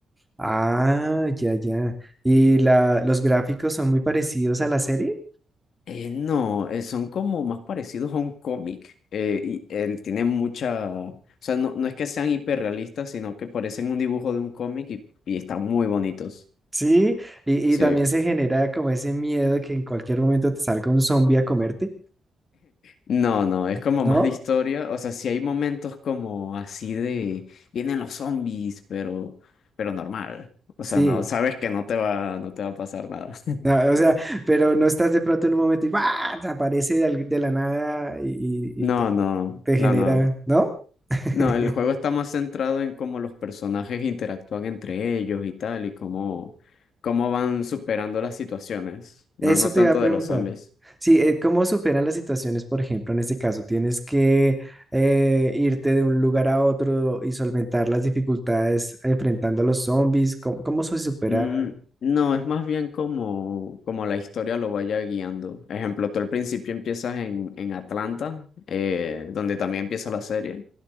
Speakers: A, in the centre; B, on the left (about 65°).
A: Ah, ya, ya. ¿Y la, los gráficos son muy parecidos a la serie?
B: Eh, no, eh, son como más parecidos a un cómic, eh, y él tiene mucha, o sea, no, no es que sean hiperrealistas, sino que parecen un dibujo de un cómic y, y están muy bonitos,
A: Sí, y,
B: sí.
A: y también se genera como ese miedo que en cualquier momento te salga un zombie a comerte,
B: No, no, es como
A: ¿no?
B: más de historia. O sea, sí hay momentos como así de vienen los zombies, pero, pero normal. O
A: Sí.
B: sea, no, sabes que no te va, no te va a pasar nada. <laughs>
A: No, o sea, pero no estás de pronto en un momento y ¡guau! te aparece de, al- de la nada y, y-
B: No,
A: y te
B: no,
A: te genera,
B: no, no.
A: ¿no? <laughs>
B: No, el juego está más centrado en cómo los personajes interactúan entre ellos y tal, y cómo, cómo van superando las situaciones. No,
A: Eso
B: no
A: te
B: tanto
A: iba a preguntar.
B: de los zombies.
A: Sí, eh, ¿cómo superan las situaciones, por ejemplo, en este caso? ¿Tienes que eh, irte de un lugar a otro y solventar las dificultades enfrentando a los zombies? ¿Cómo, cómo se supera?
B: Mm, no, es más bien como, como la historia lo vaya guiando. Ejemplo, tú al principio empiezas en, en Atlanta, eh, donde también empieza la serie.